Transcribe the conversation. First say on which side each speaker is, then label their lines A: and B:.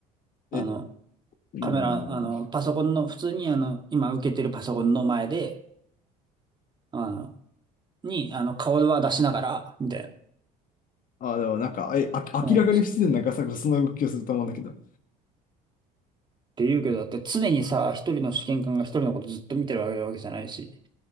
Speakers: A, on the right; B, on the left.
A: あの、
B: え、うー
A: カメラ、あの、
B: ん。
A: パソコンの、普通にあの、今受けてるパソコンの前で、あの、に、あの、顔は出しながら、みたいな。
B: あ、でもなんか、え、あ、
A: うん、
B: 明らかに不自然なガサゴソの動きをすると思うんだけど。
A: って言うけど、だって常にさ、一人の試験官が一人のことずっと見てるわけじゃないし、